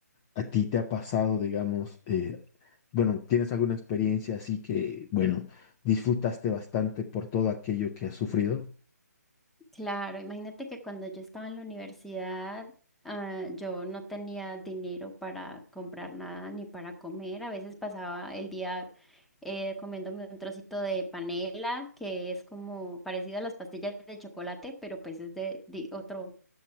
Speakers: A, on the left; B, in the centre.
A: ¿A ti te ha pasado, digamos, eh, bueno, tienes alguna experiencia así que, bueno, disfrutaste bastante por todo aquello que has sufrido?
B: Claro, imagínate que cuando yo estaba en la universidad, ah, yo no tenía dinero para comprar nada ni para comer. A veces pasaba el día eh, comiéndome un trocito de panela, que es como parecido a las pastillas de chocolate, pero pues es de, di- otro